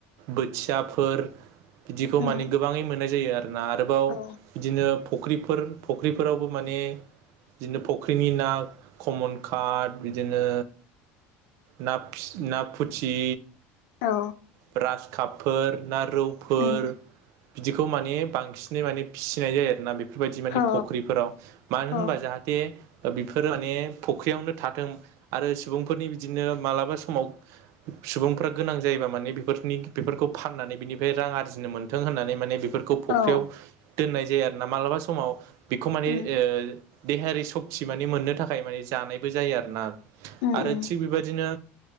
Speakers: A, on the right; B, on the left.
A: बोथियाफोर बिदिखौ
B: उम
A: माने गोबाङै मोननाय जायो आरोना आरोबाव
B: औ
A: बिदिनो फख्रिफोर फख्रिफोरावबो माने बिदिनो फख्रिनि ना कमन काट बिदिनो ना फि ना फुथि
B: औ
A: ब्रास कापफोर ना रौफोर
B: उम
A: बिदिखौ माने बांसिनै माने फिसिनाय जायो आरोना बे फोरबायदि माने
B: औ
A: फुख्रिफोराव मानो होनबा
B: औ
A: जाहाथे ओ बेफोरो माने फुख्रियावनो थाथों आरो सुबुंफोरनि बिदिनो मालाबा समाव सुबुंफ्रा गोनां जायोबा माने बेफोरनि बेफोरखौ फाननानै बिनिफ्राय रां आरजिनो मोन्थों होननानै माने बेफोरखौ फख्रियाव
B: औ
A: दोननाय जे आरना मालाबा समाव बेखौ माने
B: उम
A: ओ देहायारि सक्ति माने मोननो थाखाय माने जानायबो जायो आरो ना।
B: उम
A: आरो
B: उम
A: थिग बेबायदिनो